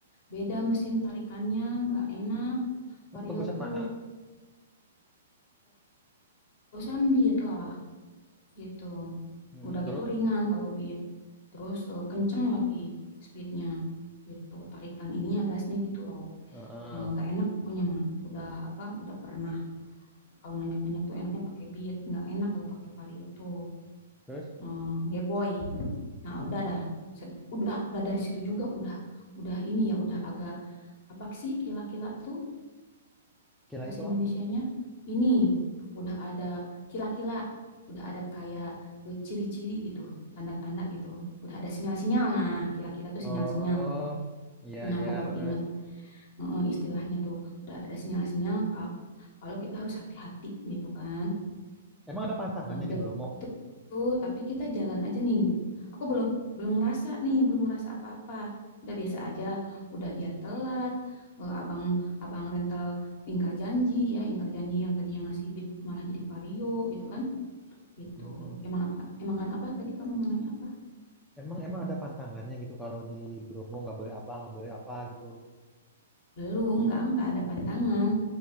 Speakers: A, on the left; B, in the centre.
A: beda mesin tarikannya nggak enak. Vario
B: Bagusan
A: tuh
B: mana?
A: bagusan beat lah gitu.
B: Mm-mm,
A: Udah
B: terus?
A: gitu ringan kalau beat. Terus eh, kenceng lagi speednya gitu. Tarikan ininya gasnya gitu loh.
B: Heeh.
A: Eh, Nggak enak pokoknya mah. Udah apa? Udah pernah Kalau nanjak-nanjak tuh enaknya pakai beat, nggak enak kalau pakai vario tuh
B: Terus?
A: eh, geboy. Nah, udah dah. Sed- udah udah dari situ juga udah udah ini ya udah agak apa sih kila-kila tuh
B: Kira
A: bahasa
B: itu
A: Indonesianya?
B: apa?
A: Ini udah ada kila-kila, udah ada kayak eh, ciri-ciri gitu, tanda-tanda gitu. Udah ada sinyal-sinyal. Nah, kila-kila tuh
B: Oh,
A: sinyal-sinyal.
B: iya
A: Nah,
B: iya
A: aku baru
B: terus.
A: inget eh, eh, istilahnya tuh udah ada sinyal-sinyal Kak, kalau kita harus hati-hati gitu kan.
B: Emang ada pantangannya
A: Nah, udah
B: di Bromo?
A: tuh, tapi kita jalan aja nih. Aku belum belum ngerasa nih, belum ngerasa apa-apa. Udah biasa aja, udah dia telat. eh, abang abang rental ingkar janji ya, ingkar janji yang tadinya ngasih bit malah jadi Vario gitu kan. Gitu.
B: Mm-mm.
A: Emang apa emang kan apa tadi kamu mau nanya apa?
B: Emang emang ada pantangannya gitu kalau di Bromo nggak boleh apa nggak boleh apa gitu.
A: Belum, enggak enggak ada pantangan.